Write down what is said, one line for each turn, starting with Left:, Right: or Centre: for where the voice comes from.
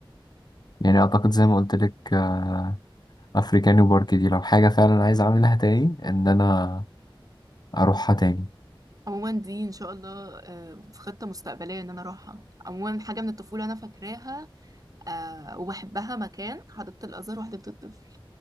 Left: يعني أعتقد زي ما قلت لك آه، أفريكاني وبارك دي لو حاجة فعلا عايز أعملها تاني إن أنا أروحها تاني
Right: عموما دي ان شاء الله آه، في خطة مستقبلية ان انا اروحها عموما حاجة من الطفولة انا فاكراها آه، وبحبها مكان حديقة الازهر وحديقة الطفل